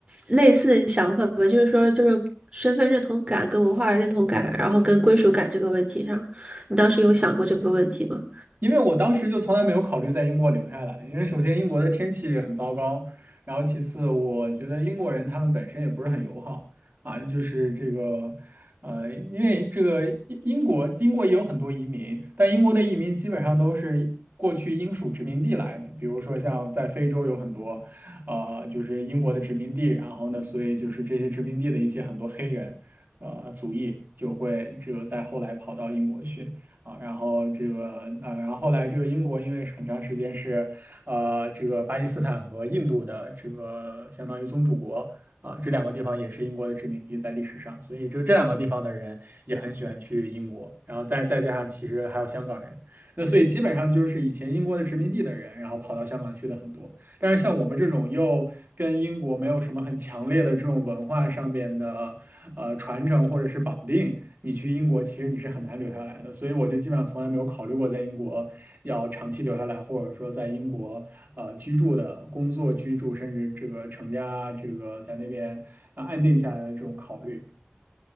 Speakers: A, on the right (about 25°); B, on the right (about 50°).
A: 类似的想法吗？就是说，就是身份认同感、跟文化认同感，然后跟归属感这个问题上，你当时有想过这个问题吗？
B: 因为我当时就从来没有考虑在英国留下来，因为首先英国的天气很糟糕，然后其次我觉得英国人他们本身也不是很友好啊，就是这个，呃，因为这个英英国英国也有很多移民，但英国的移民基本上都是过去英属殖民地来的，比如说像在非洲有很多，呃，就是英国的殖民地，然后呢，所以就是这些殖民地的一些很多黑人，呃，族裔就会这个在后来跑到英国去。啊，然后这个呃，然后后来这个英国因为是很长时间是呃这个巴基斯坦和印度的这个相当于宗主国啊，这两个地方也是英国的殖民地在历史上，所以就这两个地方的人也很喜欢去英国，然后再再加上其实还有香港人，那所以基本上就是以前英国的殖民地的人，然后跑到香港去的很多，但是像我们这种又跟英国没有什么很强烈的这种文化上边的。呃传承或者是绑定，你去英国其实你是很难留下来的。所以我就基本上从来没有考虑过在英国要长期留下来，或者说在英国呃居住的工作居住，甚至这个成家这个在那边啊安定下来的这种考虑。